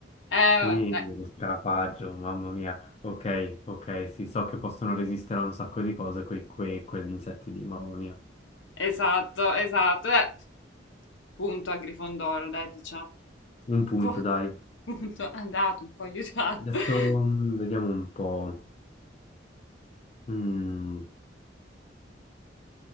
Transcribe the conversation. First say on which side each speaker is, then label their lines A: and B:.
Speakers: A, on the left; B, on the left.
A: Eh, vabbè,
B: sì,
A: dai.
B: lo scarafaggio, mamma mia. Ok, ok, sì, so che possono resistere a un sacco di cose quei, quei- quegli insetti lì, mamma mia.
A: Esatto, esatto. dai. Punto a Grifondoro, dai, diciamo.
B: Un punto,
A: Pu-
B: dai.
A: Punto, andato, un po' aiutato.
B: Adesso
A: <laughs>
B: mm, vediamo un po'. Mm.